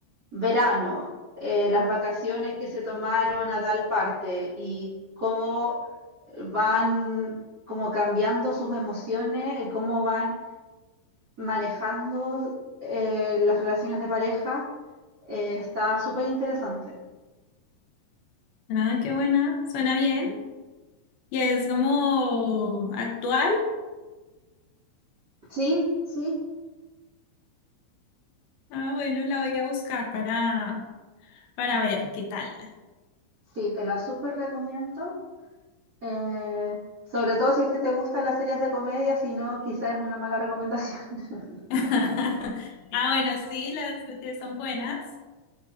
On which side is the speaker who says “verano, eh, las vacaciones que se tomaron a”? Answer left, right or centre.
Right